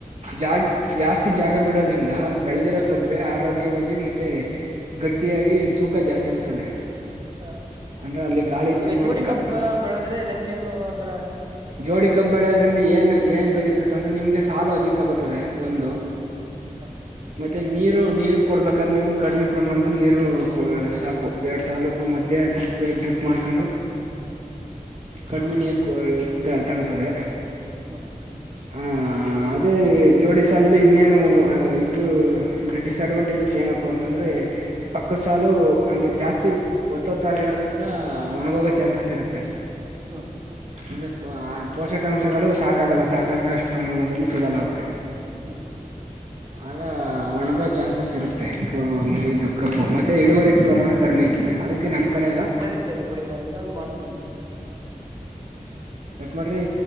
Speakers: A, on the right; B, on the right.
A: ಜಾಗ ಜಾಸ್ತಿ ಜಾಗ ಬಿಡೋದ್ರಿಂದ ಬೆಳೆದಿರೋ ಕಬ್ಬೆ ಆರೋಗ್ಯ. ಗ್ಯವಾಗಿ ಮತ್ತೆ ಗಟ್ಟಿಯಾಗಿ ತೂಕ ಜಾಸ್ತಿ ಬರ್ತದೆ.
B: ಹಾ
A: ಅಂದ್ರೆ ಅಲ್ಲಿ ಗಾಳಿ ಪ್ರಮಾಣ
B: ಈಗ ಜೋಡಿ
A: ಗ
B: ಕಬ್ಬ ಬೆಳದ್ರೆಂಗೆ ಅದು ಒಂದ್
A: ಜೋಡಿ ಕಪ್ ಬೆಳೆಯದ್ರಿಂದ ಏನ್ ಏನ್ ಬೆನಿಫಿಟ್ ಅಂದ್ರೆ ನಿಮ್ಗೆ ಸಾಲು ಅಧಿಕ ಬರ್ತದೆ ಒಂದು.
B: ಹ
A: ಮತ್ತೆ ನೀರು ನೀರು ಕೊಡ್ಬೇಕಾದ್ರೆ ನೀವು ಕಡಿಮೆ ಪ್ರಮಾಣದಲ್ಲಿ ನೀರು ಸಾಕು ಎರಡು ಸಲು ಮಧ್ಯ್ಯಾ ಡ್ರಿಪ್ ಡ್ರಿಪ್ ಮಾಡ್ಕೊಂಡು ಕಡಿಮೆ ನೀರು ಕೊ ತಗುತ್ತದೆ
B: ಹ್ಮ್
A: ಹಾ ಅದೇ ಜೋಡಿ ಸಾಾಲಲ್ಲಿ ಇನ್ನೇನು ಇದ್ದು ಅಂದೆ ಡಿಸ್ಅಡ್ವಾಂಟೇಜಸ್ ಏನಪ್ಪಾ ಅಂತಂದ್ರೆ ಪಕ್ಕ ಸಾಲು ಒಂದು ಜಾಸ್ತಿ ಒತ್ತೊತ್ತಾಗಿರೋದ್ರಿಂದ ಒಣಗೋಗೋ ಚಾನ್ಸಸ್ ಇರುತ್ತೆ
B: ಹ್ಮ ಹ
A: ಅಂದ್ರೆ ಪೋಷಕಾಂಶಗಳು ಸಾಕಾಗಲ್ಲ ಸಾಕಾಗ ಅಷ್ಟು ಪ್ರಮಾಣದಲ್ಲಿ ಸಿಗಲ್ಲ ಅವ್ೆ
B: ಹ್ಮ
A: ಆಗ ಒಣಗ ಚಾನ್ಸಸ್ ಇರುತ್ತೆ ಕಬ್ ಇದು ಕಬ್ಬು ಮತ್ತೆ ಇಳುವರಿ ಪ್ರಮಾಣ ಕಡಿಮೆ ಐತದೆ ಅದಕ್ಕೆ ನಮ್
B: ಹ್ಮ್
A: ಕಡೆ ಎಲ್ಲ
B: ಸರಿ ಸರಿ ಬಿುಡ ನಾ ಇನ್ನೊಂದ ಮಾಡ್ತೇಮ್ಮ
A: ಕಟ್ ಮಾಡ್ರಿ